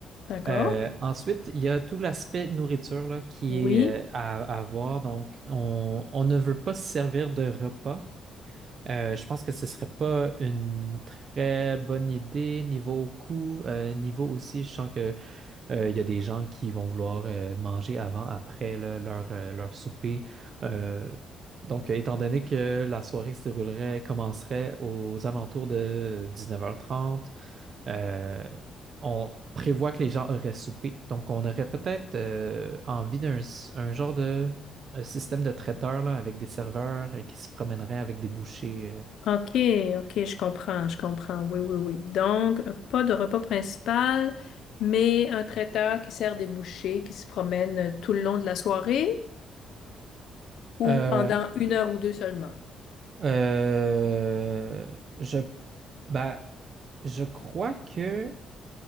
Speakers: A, on the left; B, on the right.
A: d'accord.
B: Euh, ensuite, il y a tout l'aspect nourriture là, qui
A: Oui.
B: est euh, à, à voir. Donc, on, on ne veut pas se servir de repas Euh, je pense que ce serait pas une très bonne idée niveau coût, euh, niveau aussi, je sens que euh, il y a des gens qui vont vouloir euh, manger avant, après là, leur, euh, leur souper. Euh, donc, euh, étant donné que la soirée se déroulerait, commencerait aux alentours de 19h30, euh, on prévoit que les gens auraient soupé. Donc, on aurait peut-être euh, envie d'un s- un genre de un système de traiteur là, avec des serveurs euh, qui se promèneraient avec des bouchées.
A: OK, OK, je comprends, je comprends. Oui, oui, oui. Donc, pas de repas principal, mais un traiteur qui sert des bouchées, qui se promène tout le long de la soirée ou
B: Euh,
A: pendant une heure ou deux seulement.
B: euh, je, bah, je crois que